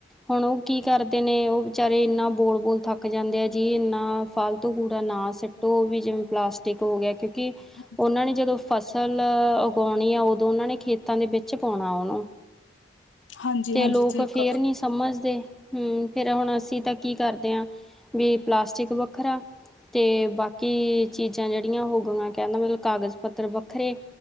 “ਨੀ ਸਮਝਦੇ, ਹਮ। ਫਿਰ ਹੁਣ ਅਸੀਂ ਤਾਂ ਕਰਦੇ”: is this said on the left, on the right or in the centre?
Centre